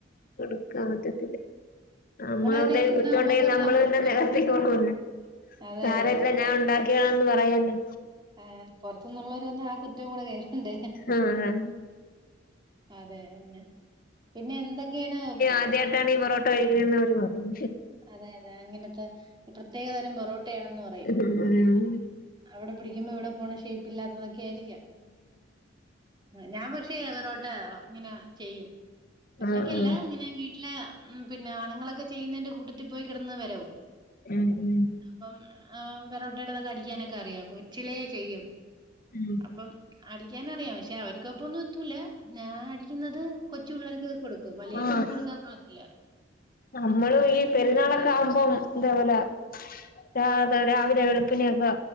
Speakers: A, on the left; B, on the right.
A: കൊടുക്കാൻ പറ്റത്തില്ല. നമ്മള്
B: തന്നെ
A: എന്തേലും
B: തിന്നാ
A: കുറ്റം
B: നമ്മക്കൊരു
A: ഉണ്ടെങ്കി നമ്മളന്നെ
B: സംതൃപ്തിയുണ്ട്
A: നികത്തിക്കോളോലൊ
B: അതെ
A: കാരക്ക
B: അതെ
A: ഞാൻ ഉണ്ടാക്കിയാന്ന് പറയല്ലേ
B: ആഹ് പുറത്തുന്നുള്ളവർ വന്ന ആ കുറ്റം കൂടെ കേക്കണ്ടേ.
A: ആഹ്
B: അതെന്നെ പിന്നെ എന്തൊക്കെണ്?
A: ആദ്യയിട്ടാണ് ഈ പൊറോട്ട കഴിക്കണന്ന് അവര് പറയും
B: അതെ അതെ അങ്ങനത്തെ പ്രത്യേകതരം പൊറോട്ടയാണെന്ന് പറയും.
A: ഉം
B: അവിടെ പിടിക്കുമ്പോ ഇവിടെ പോണ ഷേപ്പ് ഇല്ലാത്തതൊക്കെ ആയിരിക്കാം. ഞാൻ പക്ഷെ പൊറോട്ട ഇങ്ങനെ ചെയ്യും ഒറ്റക്കല്ല
A: ആഹ് ആഹ് ആഹ്
B: ഇങ്ങനെ വീ ട്ടില് പിന്നെ ആണുങ്ങളൊക്കെ ചെയ്യുന്നതിന്റെ കൂട്ടത്തി പോയി കിടന്ന് വെരകും.
A: ഉം ഉം
B: അപ്പം ആഹ് വെറോട്ടേത് ഒക്കേ അടിക്കാനൊക്കെ അറിയാം കൊച്ചിലേ ചെയ്യും.
A: ഉം
B: അപ്പം അടിക്കാനറിയാം പക്ഷെ അവർക്കൊപ്പൊന്നും എത്തൂല ഞാൻ അടി ക്കുന്നത് കൊച്ചു പിള്ളേർക്ക് കൊടുക്കും വലിയവർക്കൊന്നും
A: ആഹ്
B: കൊടുക്കാൻ കാണത്തില്ല
A: നമ്മളും ഈ പെരുന്നാളൊക്കെ
B: അങ്ങനത്തെ
A: ആകുമ്പം ഇതെ പോലെ ര രാവിലെ വെളുപ്പിനൊക്കെ